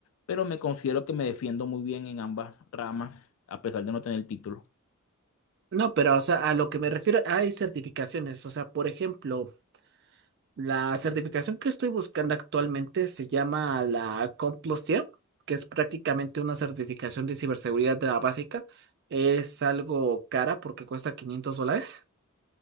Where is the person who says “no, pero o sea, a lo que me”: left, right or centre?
Right